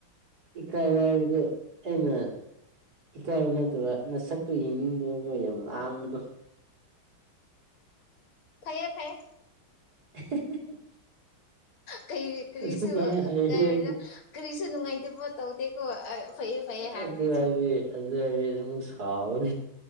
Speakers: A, on the right (about 50°); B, on the left (about 80°).
A: ꯏꯀꯥꯏꯕ ꯍꯥꯏꯕꯗꯣ ꯑꯩꯅ ꯏꯀꯥꯏꯕ ꯅꯠꯇꯕ ꯅꯁꯛꯇꯨ ꯌꯦꯡꯅꯤꯡꯗꯦꯀꯣ ꯌꯥꯝ ꯂꯥꯡꯕꯗꯣ <inaudible>
B: ꯐꯩꯌꯦ ꯐꯩꯌꯦ
A: <inaudible>
B: ꯀꯔꯤ ꯀꯔꯤꯁꯨ
A: ꯑꯗꯨꯃꯥꯏꯅ ꯍꯥꯏꯕꯤꯔꯗꯤ
B: ꯀꯔꯤ ꯀꯔꯤꯁꯨ ꯅꯨꯡꯉꯥꯏꯇꯕ ꯇꯧꯗꯦꯀꯣ ꯐꯩꯌꯦ ꯐꯩꯌꯦ ꯍꯥꯏꯕꯅꯦ
A: ꯑꯗꯨ ꯍꯥꯏꯗꯤ
B: ꯁꯨꯝ
A: ꯑꯗꯨ ꯍꯥꯏꯗꯤ ꯑꯗꯨꯞ ꯁꯥꯥꯎꯒꯅꯤ